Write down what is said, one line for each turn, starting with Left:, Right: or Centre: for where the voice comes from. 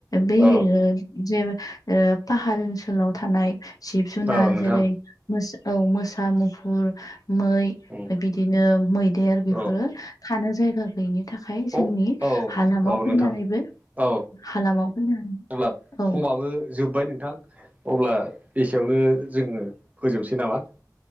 Left: बै
Right: औ
Left: ओ जे बे ओ पाहार ओनसोलाव थानाय जिब जुनार
Right: औ नोंथां
Left: जेरै मैसौ औ मोसा मुफुर मै ओमफाय
Right: उम
Left: बिदिनो मैदेर बेफोरो
Right: औ
Left: थानो जायगा गैयिनि थाखाय
Right: औ
Left: जोंनि
Right: औ
Left: हालामाव फैनानैबो
Right: नोंथां औ
Left: हालामाव फैनानै
Right: अब्ला
Left: औ
Right: समाबो जोब्बाय नोंथां अब्ला एसेयावनो जोङो फोजोबनोसै नामा